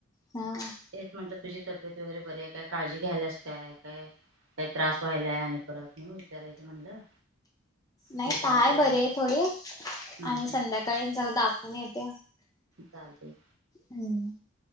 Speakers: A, on the left; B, on the right.
A: हा
B: तेच म्हटलं तुझी तब्येत वगैरे बरे आहे काय काळजी घ्यायलास काय काय काही त्रास व्हायलाय आणि परत म्हण विचारायचं म्हणलं.
A: नाही
B: विश्रांती
A: काय
B: वगैरे
A: बर आहे
B: घ्या
A: थोडे
B: हम्म
A: आणि संध्याकाळी जरा दाखवून येते.
B: चालतय.
A: हम्म